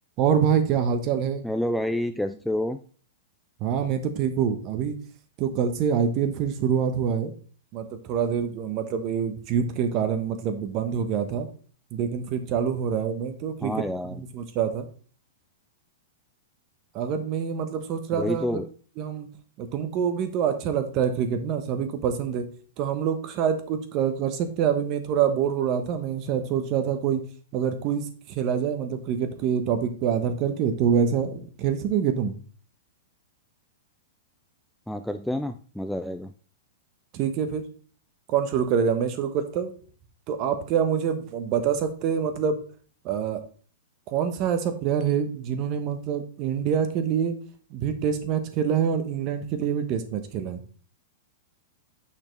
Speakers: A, on the right (about 35°); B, in the centre.
A: और भाई क्या हालचाल है
B: Hello भाई कैसे हो
A: हाँ मैं तो ठीक हूँ अभी तो कल से आईपीएल फिर शुरुआत हुआ है मतलब थोड़ा देर मतलब ये जीत के कारण मतलब बंद हो गया था लेकिन फिर चालू हो रहा है मैं तो क्रिकेट
B: हाँ यार
A: के बारे में सोच रहा था अगर मैं ये मतलब सोच रहा
B: वही
A: था अगर
B: तो
A: कि हम तुमको भी तो अच्छा लगता है क्रिकेट ना सभी को पसंद है तो हम लोग शायद कुछ कर, कर सकते हैं अभी मैं थोड़ा बोर हो रहा था मैं शायद सोच रहा था कोई अगर क्विज खेला जाए मतलब क्रिकेट के टॉपिक पे आधार करके तो वैसा खेल सकोगे तुम
B: हाँ करते हैं ना मजा आएगा
A: ठीक है फिर कौन शुरू करेगा मैं शुरू करता हूँ तो आप क्या मुझे ब- बता सकते हैं मतलब अ, कौन सा ऐसा प्लेयर है जिन्होंने मतलब इंडिया के लिए भी टेस्ट मैच खेला है और इंग्लैंड के लिए भी टेस्ट मैच खेला है